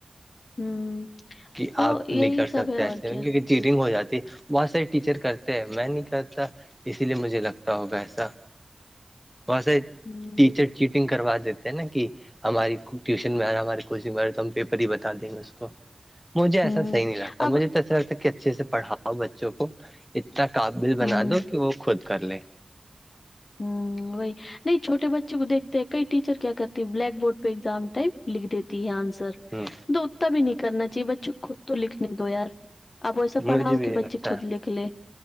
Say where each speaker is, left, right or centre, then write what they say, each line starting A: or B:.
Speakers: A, on the left; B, in the centre.
A: ہوں،
B: کہ
A: تو
B: آپ
A: یہی
B: نہیں کر سکتے
A: سب ہے اور
B: ایسے
A: کیا
B: میں کیونکہ ٹنگ ہو جاتی ب سر ٹیچر کرتے ہیں میں نہیں کرتا اسی لیے مجھے لگتا ہوگا ایسا وسے
A: ہوں،
B: ٹیچر چیٹنگ کروا دیتے ہیں نا کہ ہماری ٹیوشن میں آ رہا ہماری کوچنگ میں آ رہ ہے تو ہم پیپر ہی بتا دیں گے اس کو مجھے ایساح
A: ہوں،
B: نہیں لگتا
A: اب
B: مجھے تو ایسا لگتا کہ اچھے سےڑھاؤ بچوں کو اتنا قابل بنا
A: ہوں
B: دو کہ وہ خود کر لے
A: ہوں وہی نہیں چوٹے بچے کو دیکھتے ہیں کئی ٹیچر کیا کرتی ہے بلیک بورڈ پہ ایگزام ٹائم لکھ دیتی ہے آنسر سر
B: ہ
A: تو اتتا بھی نہیں کرنا چاہیے بچوں خود تو لکھنے دو یار اب ویسا
B: مجھے
A: پڑاؤ
B: بھی
A: کہ
B: یہی
A: بچے
B: لگتا
A: خود
B: ہے
A: لکھ لے